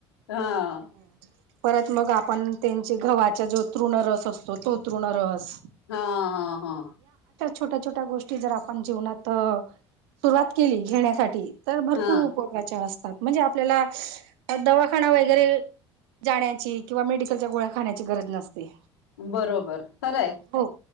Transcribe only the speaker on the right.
हम्म परत मग आपण त्यांचे गव्हाच्या जो तृण रस असतो तो तृण रस
छोट्या छोट्या गोष्टी जर आपण जीवनात सुरुवात केली घेण्यासाठी तर भरपूर
उपयोगाच्या असतात. म्हणजे आपल्याला दवाखाना वगैरे जाण्याची किंवा मेडिकलच्या गोळ्या खाण्याची गरज नस ते
हो